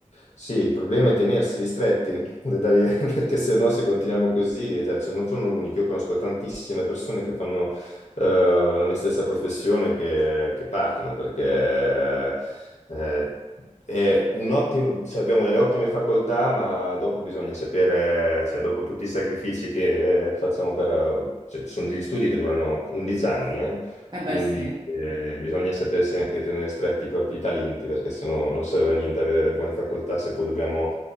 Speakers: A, on the left; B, on the right.
A: sì, il problema è tenerseli stretti, <laughs> da dare- perché se no se continuiamo così, eh, cioè, cioè, non sono l'unico, io conosco tantissime persone che fanno eh, la mia stessa professione che, che partono, perché eh, è un ottimo, cioè, abbiamo delle ottime facoltà, ma dopo bisogna sapere, cioè, dopo tutti i sacrifici che eh, facciamo per... cioè, ci sono degli studi che durano 11 anni, eh,
B: Eh
A: quindi
B: beh, sì,
A: eh, bisogna sapersi anche tenere stretti i propri talenti, perché sennò non serve a niente avere le buone facoltà se poi dobbiamo